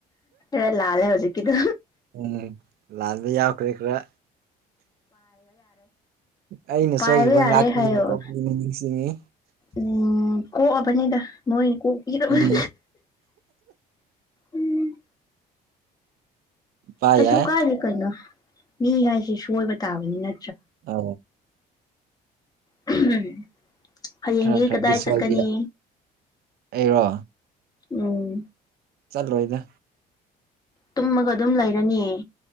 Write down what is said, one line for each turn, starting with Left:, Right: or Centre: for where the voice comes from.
Left: ꯍ ꯂꯥꯜꯦ ꯍꯧꯖꯤꯛꯀꯤꯗꯨ
Right: ꯎꯝ ꯂꯥꯟꯗꯤ ꯌꯥꯎꯈ꯭ꯔꯦ ꯈꯔ ꯑꯩꯅ
Left: ꯄ
Right: ꯁꯣꯏꯈꯤꯕ
Left: ꯂꯩ ꯌꯥꯔꯦ
Right: ꯉꯥꯛꯄꯤꯌꯨꯀꯣ
Left: ꯍꯥꯏ ꯑꯣ
Right: ꯅꯤꯡꯁꯤꯡꯉꯤ
Left: ꯎꯝ ꯀꯣꯛꯑꯕꯅꯤꯗ ꯃꯣꯏ ꯀꯣꯛꯄꯤꯔꯅꯤ
Right: ꯎꯝ
Left: ꯎꯝ
Right: ꯄꯥ
Left: ꯀꯩꯁꯨ
Right: ꯌꯥꯏ
Left: ꯀꯥꯏꯗꯦ ꯀꯩꯅꯣ ꯃꯤ ꯍꯥꯏꯁꯦ ꯁꯣꯏꯕ ꯇꯥꯕꯅꯤꯅꯦ
Right: ꯑ
Left: <unintelligible> ꯍꯌꯦꯡꯗꯤ
Right: ꯈꯔ ꯈꯔꯗꯤ
Left: ꯀꯗꯥꯏ
Right: ꯁꯣꯏꯕ
Left: ꯆꯠꯀꯅꯤ
Right: ꯌꯥ ꯑꯩꯔꯣ
Left: ꯎꯝ
Right: ꯆꯠꯂꯣꯏꯗ
Left: ꯇꯨꯝꯃꯒ ꯑꯗꯨꯝ ꯂꯩꯔꯅꯤ